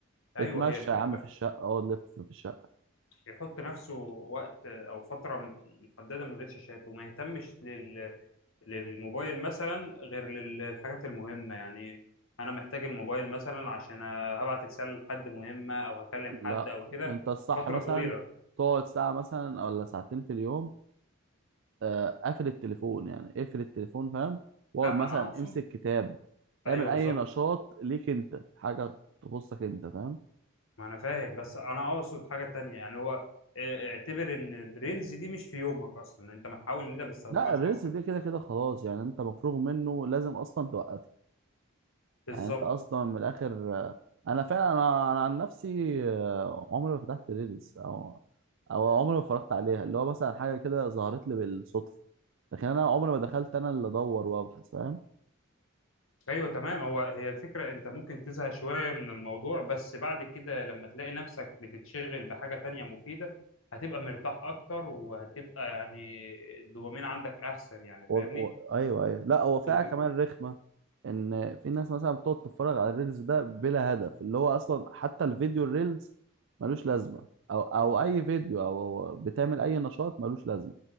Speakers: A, on the left (about 70°); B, on the right (about 60°).
A: ايوه
B: اتمشى
A: هي الفكره
B: يا عم في الشقه اقعد لف في الشقه
A: يحط نفسه وقت او فتره م- محدده من غير شاشات وما يهتمش لل... للموبايل مثلا غير للحاجات المهمه يعني انا محتاج الموبايل مثلا عشان هبعت رساله لحد مهمه او هكلم
B: لا
A: حد او كده
B: انت الصح
A: فتره
B: مثلا
A: طويله
B: تقعد ساعه مثلا ولا ساعتين في اليوم آه، قفل التليفون يعني اقفل التليفون فاهم واقعد
A: لا
B: مثلا
A: انا اقصد
B: امسك كتاب اعمل
A: ايوه
B: اي
A: بالظبط
B: نشاط ليك انت حاجه تخصك انت فاهم
A: ما انا فاهم بس انا اقصد حاجه تانية يعني هو اه، اعتبر ان الريلز دي مش في يومك اصلا انت محاول ان انت ما تستخدمهاش
B: لا الريلز
A: اصلا
B: دي كده كده خلاص يعني انت مفروغ منه لازم اصلا توقف
A: بالظبط
B: يعني انت اصلا من الاخر آه، انا فعلا انا, أنا عن نفسي آه، عمري ما فتحت ريلز او او عمري ما اتفرجت عليها اللي هو مثلا حاجه كده ظهرت لي بالصدفه لكن انا عمري ما دخلت انا اللي ادور وابحث فاهم
A: ايوه تمام هو هي الفكره انت ممكن تزهق شويه من الموضوع بس بعد كده لما تلاقي نفسك بتتشغل بحاجه تانية مفيده هتبقى مرتاح اكتر وهتبقى يعني الدوبامين عندك احسن يعني
B: و...
A: فاهمني
B: و... ايوه ايوه لا هو
A: الدوبامين
B: فيها كمان رخمه ان في ناس مثلا بتقعد تتفرج على الريلز ده بلا هدف اللي هو اصلا حتى الفيديو الريلز ملوش لازمه او او اي فيديو او بتعمل اي نشاط ملوش لازمه